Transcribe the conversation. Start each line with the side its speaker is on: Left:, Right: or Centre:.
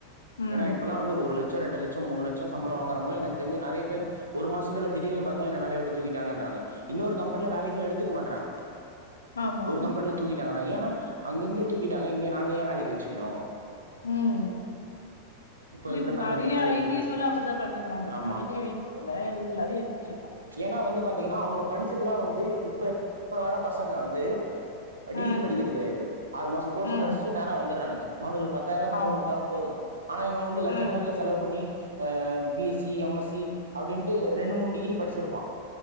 Left: ம்
Right: ஏனா இப்பலா வந்து ஒரு லட்ச ரெண்டு லட்ச மூணு லட்ச சம்பள வாங்கறவங்ளா எனக் தெரிஞ் நறய பேர் ஒரு மாசத்துல திடீர்னு பாத்தா என்ன வேலயவுட்டு தூக்கிட்டாங்கடராங்க இன்னொரு கம்பெனில வேலக்கு எடுத்துக்க மாட்ராங்க
Left: ஆமா.
Right: ஒரு கம்பல்ல தூக்கிட்டாங்கனா ஏனா அங்கருந்தே தூக்கிட்டாங்க இங்க நாங்க ஏன் வேலைக்கு வச்சுக்கணோம்
Left: உம் இல்ல
Right: இருக்கிற
Left: இப்ப
Right: நெலமையில
Left: நிறைய
Right: போயிட்டு
Left: ஐடி
Right: இருக்கு
Left: இதுல அப்படிதான் பண்ணுங்கிறாங்க
Right: ஆமா
Left: நிறைய ஐடி இதுல எல்லாரையும் எடுத்துட்டு இருக்காங்க
Right: ஏன்னா வந்து பாத்தீங்கன்னா அவங்க படிச்சதுலாம் வந்து இப்ப இப்ப வர பசங்க வந்து டிகிரி
Left: ம்,
Right: படிக்கிறது கிடையாது ஆறு மாசம் கோர்ஸ்ச
Left: ம்
Right: படிச் வந்துறானுங்க அவனுங்களுக்கு பத்தாயிரம் சம்பளம்
Left: ஆமா.
Right: கொடுத்தாலும் போதும் ஆனா இவன் வந்து லட்சக்கணக்கல
Left: ம்,
Right: செலவு பண்ணி அஹ் பிஎஸ்சி எம்எஸ்சி அப்படின்ட்டு ரெண்டு மூணு டிகிரி படிச்சிருப்பான்